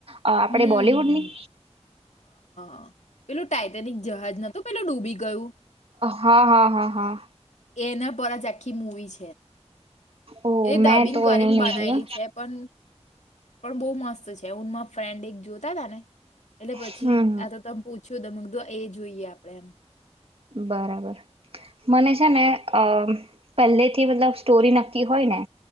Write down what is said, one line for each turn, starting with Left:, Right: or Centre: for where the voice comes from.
Right: અ આપણે
Left: હમ
Right: બોલિવુડની..
Left: હમ હમ. <inaudible> પેલું ટાઈટેનિક જહાજ નહોતુ પેલું ડૂબી ગયું
Right: હા હા હા હા
Left: એના પર જ આખી મૂવી છે.
Right: ઓ
Left: એ ડબિંગ
Right: મેં તો
Left: કરીને
Right: એનું નહીં
Left: બનાવેલી
Right: જોયું
Left: છે પન પણ બહુ મસ્ત છે <unintelligible> ફ્રેન્ડ એક જોતા હતા ને એટલે પછી
Right: હમ હમ
Left: આ તો તમે પૂછ્યું મેં કીધું એ જોઈએ આપણે એ
Right: બરાબર મને છે ને અ પહેલેથી મતલબ સ્ટોરી નક્કી હોય ને